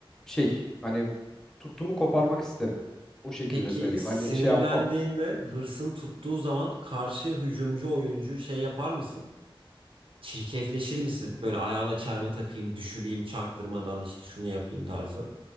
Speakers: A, in the centre; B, on the right (about 65°).
A: şey hani tuttuğumu koparmak isterim. O şekilde
B: Peki
A: söyleyeyim.
B: sinirlendiğinde
A: Hani şey yapmam.
B: hırsın tuttuğu zaman karşı hücumcu oyuncu şey yapar mısın? Çirkefleşir misin? Böyle ayağına çelme takayım, düşüreyim çaktırmadan işte şunu yapayım tarzı.